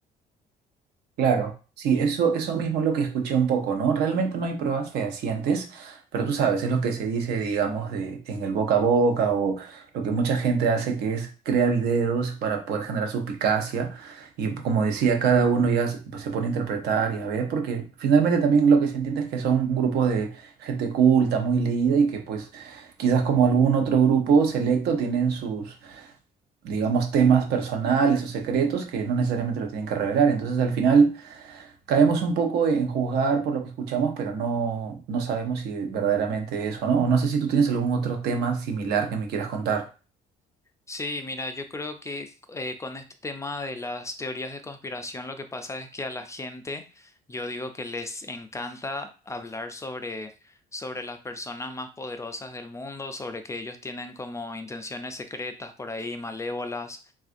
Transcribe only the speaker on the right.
Claro, sí, eso, eso mismo es lo que escuché un poco, ¿no? Realmente no hay pruebas fehacientes, pero tú sabes, es lo que se dice, digamos, de, en el boca a boca o lo que mucha gente hace que es crea videos para poder generar suspicacia y como decía, cada uno ya se pues, se pone a interpretar y a ver, porque finalmente también lo que se entiende es que son un grupo de gente culta, muy leída y que pues quizás como algún otro grupo selecto tienen sus, digamos, temas personales o secretos que no necesariamente lo tienen que revelar. Entonces al final caemos un poco en juzgar por lo que escuchamos, pero no, no sabemos si verdaderamente es o no. No sé si tú tienes algún otro tema similar que me quieras contar.